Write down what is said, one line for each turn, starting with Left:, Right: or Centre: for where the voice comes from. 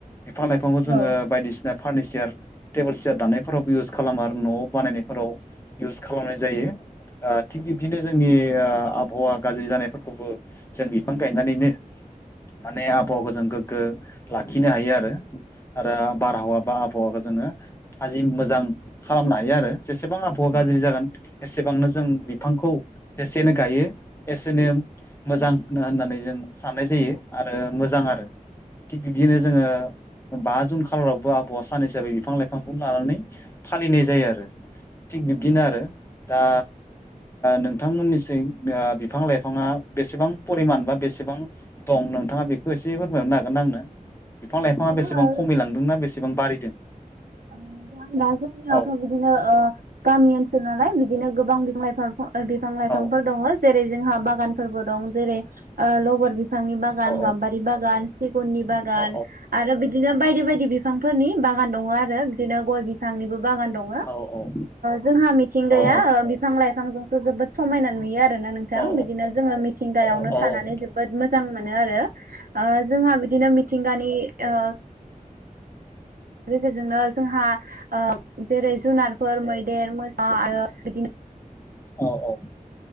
Left: बिफां लाइफांखौ जोङो
Right: औ
Left: बायदिसिना फारनिचार टेबोल सियार दाननायफोरावबो इउस खालामो आरो न'आव बानायनायफोराव इउस खालामनाय जायो ओ थिग बिब्दिनो जोंनि आबहावा गाज्रि जानायफोरखौबो जों बिफां गायनानैनो माने आबहावाखौ जों गोग्गो लाखिनो हायो आरो आरो बारहावा बा आबहावाखौ जोङो थाजिम मोजां खालामनो हायो आरो जेसेबां आबहावा
Right: औ
Left: गाज्रि जागोन एसेबांनो जों बिफांखौ जेसेनो गायो एसेनो मोजां होननानै जों साननाय जायो आरो मोजां आरो थिग बिदिनो जोङो बा जुन खालारावबो आबहावा सान हिसाबै बिफां लाइफांखौ लानानै फालिनाय जायो आरो थिग बिदिनो
Right: औ
Left: आरो दा नोंथांमोननिस बिफां लाइफाङा बेसेबां परिमान बा बेसेबां दं नोंथाङा बेखौ एसे फोरमायरनो हागोन ना आंनो बिफां लाइफाङा
Right: नोंथां
Left: बेसेबां खमिलांदोंना बेसे बां बारिदों
Right: नोंथां दा जोंनियावथ'
Left: औ
Right: बिदिनो ओ गामि ओनसोल नालाय बिदिनो गोबां बिफां लाइफां बिफां लाइफांफोर
Left: औ
Right: दङ जेरै जोंहा बागानफोरबो दं जेरै लबर बिफांनि बा गान
Left: औ
Right: गाम्बारि बागान सिगुननि बागान
Left: औ
Right: आरो बिदिनो बायदि बायदि बि बिफांफोरनि बागान दङ आरो बिदिनो गय बिफांनिबो बागान दं
Left: औ औ
Right: जोंहा मिथिंगाया
Left: औ
Right: बिफां लाइफांजोंसो जोबोद समायना नुयो आरोना नोंथां
Left: औ
Right: बिदिनो जोङो मि थिंगायावनो
Left: औ
Right: थानानै
Left: औ
Right: जो बोद मोजां मोनो आरो ओ जोंहा बिदिनो मिथिंगानि ओ गेजेरजोंनो जोंहा जेरै जुनारफोर मैदेर मोजां आरो बिदिनो
Left: औ औ